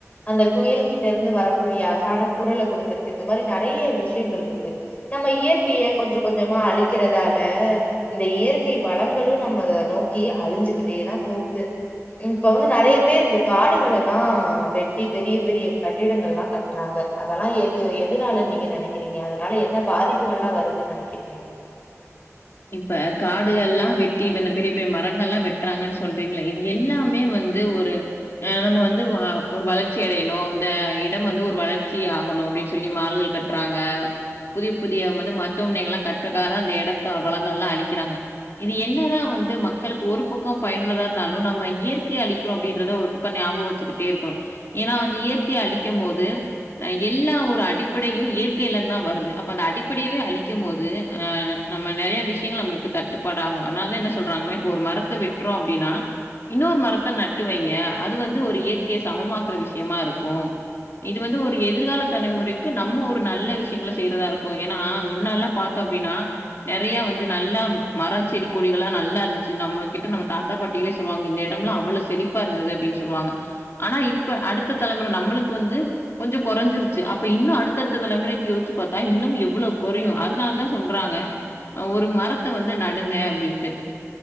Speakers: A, on the left (about 30°); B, on the left (about 50°).
A: அந்த குயில்கிட்ட இருந்து வரக்கூடிய அழகான குரல கொடுத்திருக்கு இந்த மாரி நெறைய விஷயங்கள் இருக்கு நம்ம இயற்கைய கொஞ்ச கொஞ்சமா அழிக்கிறதால இந்த இயற்கை வளங்களு நம்ம அத நோக்கி அழிஞ்சுகிட்டேதா போகுது இப்ப வந்து நெறைய பேர் இந்த காடுகள எல்லா வெட்டி பெரிய பெரிய கட்டிடங்கள்லா கட்றாங்க அதெல்லா எது எதுனாலனு நீங்க நெனைக்கிறீங்க அதனால என்ன பாதிப்புகள் எல்லா வருதுன்னு நெனைக்கிறீங்க
B: இப்ப காடுகள்லா வெட்டி இப்ப இந்த பெரிய பெரிய மரங்கள்லா வெட்டுறாங்கன்னு சொல்றீங்கள இது எல்லாமே வந் து ஒரு அ நம்ம வந்து வ ஒரு வளர்ச்சி அடையணு இந்த இடம் வந்து ஒரு வளர்ச்சி ஆகணு அப்டின்னு சொல்லி மால்கள் கட் ட்றாங்க புதிய புதிய வந்து மருத்துவமனைகள் எல்லா கட்றக்காக அந்த எடத்த வளங்கள் எல்லா அழிக்கிறாங்க இது என்னதா வந்து மக்களுக்கு ஒரு பக்கோ பயனுள்ளதா இருந்தாலு நம்ம இயற்கை அளிக்கிறோ அப்டின்றத ஒரு ப க்கோ ஞாபக வச்சுக்கிட்டே இருக்கணு ஏனா வந்து இயற்கைய அழிக்கம் போது அ எல்லா ஒரு அடிப்படையு இயற்கையிலந்தா வருது அப்ப அந்த அடிப்படையவே அழிக்கும் போது ஆ நம்ம நெறைய விஷயங்கள் நம்மளுக்கு தட்டுப்பாடு ஆகு அதனாலதா என்ன சொல்றாங்கன்னா இப்போ ஒரு மரத்த வெட்றோ அப்டின்னா இன்னொரு மரத்த நட்டு வைங்க அது வந்து ஒரு இயற்கையை சமமாக்குற விஷயமா இருக்கு இது வந்து ஒரு எதிர்கால தலைமுறைக்கு நம்ம ஒரு நல்ல விஷயங்கள செய்றதா இருக்கு ஏனா முன்னாலா பாத்தோ அப்டின்னா நெறைய வந்து நல்லா மர செடி கொடிகளா நல்லா இருந்துச்சு நம்ம கிட்ட நம்ம தாத்தா பாட்டிகளே சொல்லுவாங்க இந்த இடம்லா அவ்ளோ ஸ் செளிப்பா இருந்தது அப்டின்னு சொல்லுவாங்க ஆனா இப்ப அடுத்த தலைமுறை நம்மளுக்கு வந்து கொஞ்ச கொறஞ்சிருச்சு அப்ப இன்னு அடுத்தடுத்த தலைமுறைக்கு யோசிச்சு பாத்தா இன்னு எவ்வளோ குறையு அதுனால சொல்றாங்க அ ஒரு மரத்த வந்து நடுங்க அப்டின்ட்டு